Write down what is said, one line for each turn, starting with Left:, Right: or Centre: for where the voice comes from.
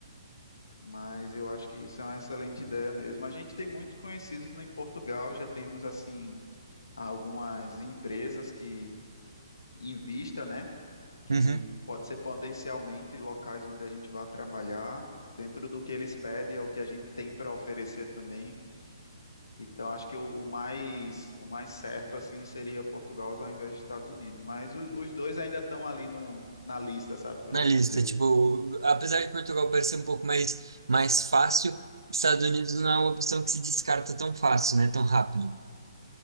Left: Mas eu acho que isso é uma excelente ideia mesmo. A gente tem muitos conhecidos em Portugal, já temos assim algumas empresas que em vista, né? Que
Right: uhum.
Left: p- pode ser potencialmente locais onde a gente vai trabalhar, dentro do que eles pedem, é o que a gente tem para oferecer também. Então, acho que o, o mais o mais certo assim seria Portugal ao invés dos Estados Unidos, mas o- os dois ainda estão ali no, na lista, sabe, por
Right: Na
Left: assim
Right: lista,
Left: dizer.
Right: tipo, apesar de Portugal parecer um pouco mais, mais fácil, Estados Unidos não é uma opção que se descarta tão fácil, né? Tão rápido.